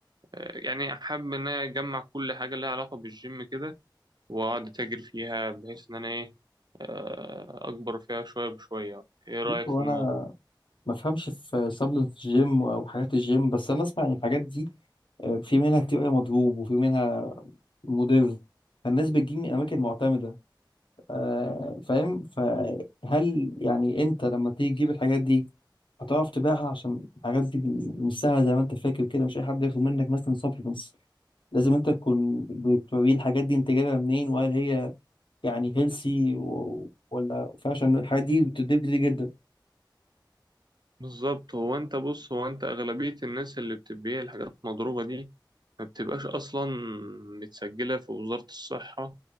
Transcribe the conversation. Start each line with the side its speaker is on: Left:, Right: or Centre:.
Right: آه، يعني حابب ان انا اجمع كل حاجه لها علاقه بالجيم كده واقعد اتاجر فيها بحيث ان انا ايه آه، اكبر فيها شويه بشويه ايه
Left: بص
Right: رايك
Left: هو
Right: في الموضوع
Left: أنا ما أفهمش في سبلمنتس الجيم أو حاجات الجيم بس أنا أسمع إن الحاجات دي آه، في منها كتير أوي مضروب وفي منها مضر فالناس بتجيب من أماكن معتمدة آه، فاهم فهل يعني انت لما تيجي تجيب الحاجات دي هتعرف تبيعها عشان الحاجات دي مش سهله زي ما انت فاكر كده مش اي حد ياخد منك مثلا سبلمنتس لازم انت تكون بتوريه الحاجات دي انت جايبها منين وهل هي يعني هيلسي ولا فعشان الحاجات دي بتديك كتير جدا
Right: بالظبط هو انت بص هو انت اغلبيه الناس اللي بتبيع الحاجات المضروبه دي ما بتبقاش اصلا متسجله في وزاره الصحه